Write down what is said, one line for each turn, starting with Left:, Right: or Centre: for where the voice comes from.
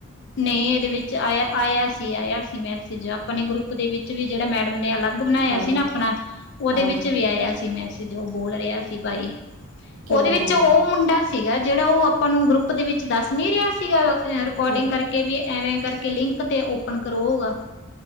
Left: ਨਹੀਂ ਇਹਦੇ ਵਿੱਚ ਆਇਆ -ਆਇਆ ਸੀ, ਆਇਆ ਸੀ। ਮੈਂ ਜੋ ਆਪਣੇ ਗਰੁੱਪ ਦੇ ਵਿੱਚ ਵੀ ਜਿਹੜਾ ਮੈਡਮ ਨੇ ਅਲੱਗ ਅੱਗ ਬਣਾਇਆ
Right: ਹਾਂਜੀ
Left: ਸੀ ਨਾ ਆਪਣਾ, ਉਹਦੇ
Right: ਹਾਂਜੀ
Left: ਵਿੱਚ ਵੀ ਆਇਆ ਸੀ। ਮੈਂ ਜੋ ਬੋਲ ਰਿਹਾ ਸੀ। ਭਾਈ
Right: ਕਿਆ
Left: ਉਹਦੇ ਵਿੱਚ
Right: ਬੋਲ
Left: ਉਹ
Right: ਰਹੇ
Left: ਮੁੰਡਾ ਸੀਗਾ। ਜਿਹੜਾ ਉਹ ਆਪਾਂ ਨੂੰ ਗਰੁੱਪ ਦੇ ਵਿੱਚ ਦੱਸ ਨੀ ਰਿਹਾ ਸੀ। ਸੀਗਾ। ਰਿਕਕਾਰਡਿੰਗ
Right: ਕਿਆ
Left: ਕਰਕੇ ਪ ਐਵੇਂ ਕਰਕੇ ਲਿੰਕ 'ਤੇ ਓਪਨ ਕਰੋਗਾ।